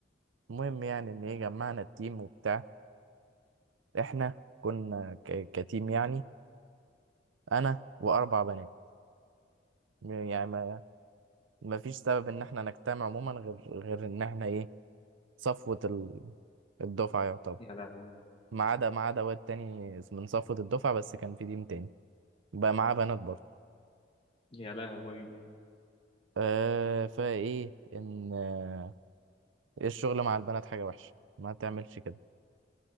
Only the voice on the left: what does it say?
يا لهوي
يا لهوي